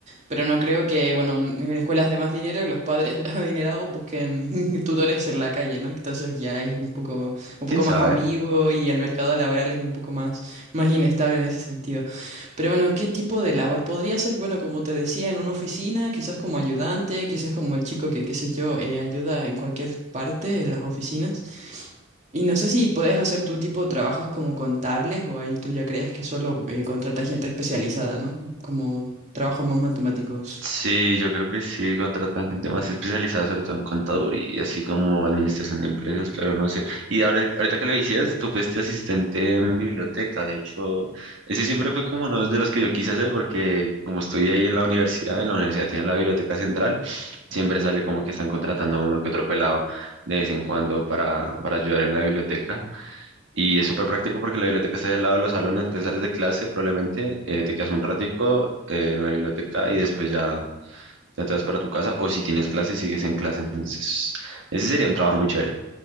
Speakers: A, on the right (about 35°); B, on the right (about 70°).
A: Pero no creo que, bueno, en en escuelas de más dinero los padres <laughs> adinerados busquen <laughs> tutores en la calle, ¿no? Entonces ya es un poco, un
B: ¿Quién
A: poco
B: sabe?
A: más ambiguo y el mercado laboral es un poco más, más inestable en ese sentido. Pero bueno, ¿qué tipo de labor? Podría ser, bueno, como te decía, en una oficina, quizás como ayudante, quizás como el chico que, qué sé yo, eh, ayuda en cualquier parte, en las oficinas. Y no sé si puedes hacer tu tipo de trabajos como contables o ahí tú ya crees que solo eh, contratas gente especializada, ¿no? Como trabajos más matemáticos.
B: Sí, yo creo que sí, contratan gente más especializada, sobre todo en contaduría, así como administración de empresas, pero no sé. Y ahora, ahorita que lo decías, tú fuiste asistente en biblioteca, de hecho, ese siempre fue como uno de los que yo quise hacer, porque como estoy ahí en la universidad, en la universidad tienen la biblioteca central, siempre sale como que están contratando a uno que otro pelado de vez en cuando para, para ayudar en la biblioteca. Y es súper práctico porque la biblioteca está ahí al lado de los salones, entonces sales de clase probablemente, eh, te quedas un ratico eh, en la biblioteca y después ya, ya te vas para tu casa o si tienes clase sigues en clase, entonces ese sería un trabajo muy chévere.